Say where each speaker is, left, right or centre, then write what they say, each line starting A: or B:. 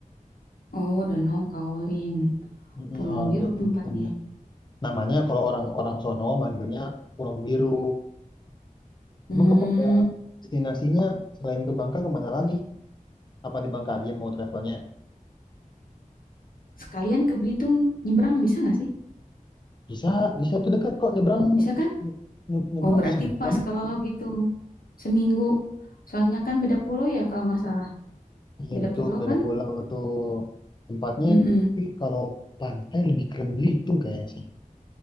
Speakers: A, on the left; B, on the left.
A: oh, Danau Kaolin,
B: mm
A: pulau
B: orang
A: Biru
B: Indonesia
A: tempatnya,
B: biasanya. Namanya kalau orang-orang sono manggilnya Kulong Biru.
A: mmm,
B: Emang kamu ada destinasinya selain ke Bangka kemana lagi? Apa di Bangka aja mau travelnya?
A: sekalian ke Belitung nyebrang bisa nggak sih?
B: Bisa, bisa tuh dekat kok nyebrang
A: Bisa kan?
B: nye- nyebrang
A: Oh, berarti
B: sejam.
A: pas kalau gitu, seminggu, soalnya kan beda pulau ya kalau nggak salah,
B: Iya
A: beda
B: betul,
A: pulau
B: beda
A: kan?
B: pulau tuh tempatnya.
A: Mhm
B: Tapi kalau pantai lebih keren Belitung kayaknya sih.